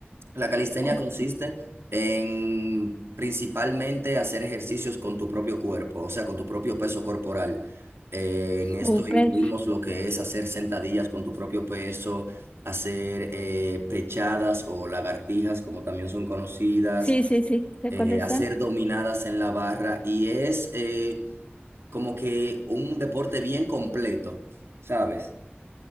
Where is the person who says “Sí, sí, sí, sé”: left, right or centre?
Left